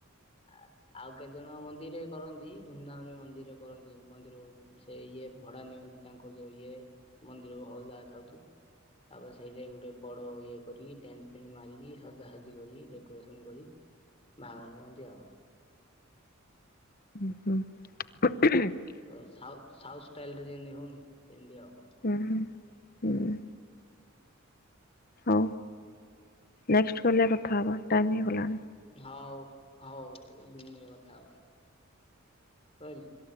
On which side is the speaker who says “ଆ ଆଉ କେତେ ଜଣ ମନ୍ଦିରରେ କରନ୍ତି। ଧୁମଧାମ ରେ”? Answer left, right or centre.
Left